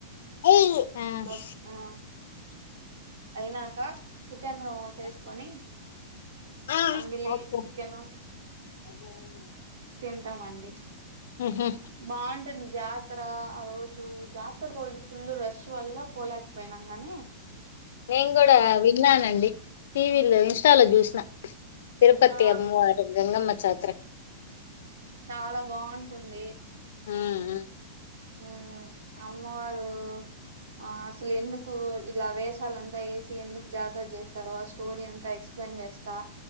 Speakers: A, on the left (about 65°); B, on the right (about 80°).
A: హ్మ్
B: ఆ అయినాక చికెన్ చేసుకొని
A: ఆ,
B: అంబిలి
A: ఓకే
B: చికెన్ తిన్ తింటామండి
A: ఊహూ
B: బాగుంటుంది జాతర ఆ రోజు జాతర రోజు ఫుల్ రష్ వల్ల పోలేకపోయిన అని
A: నేను కూడా విన్నానండి టీవీలో ఇన్స్టాలో జూసిన తిరుపతి
B: ఆ
A: అమ్మవారు గంగమ్మ జాతర
B: చాలా బావుంటుంది
A: మ్ మ్
B: మ్ అమ్మవారు ఆ అసలు ఎందుకు ఇలా వేషాలంతా ఏసి ఎందుకు జాతర చేస్తారు ఆ స్టోరీ ఎంత ఎక్స్ప్లెయిన్ చేస్తా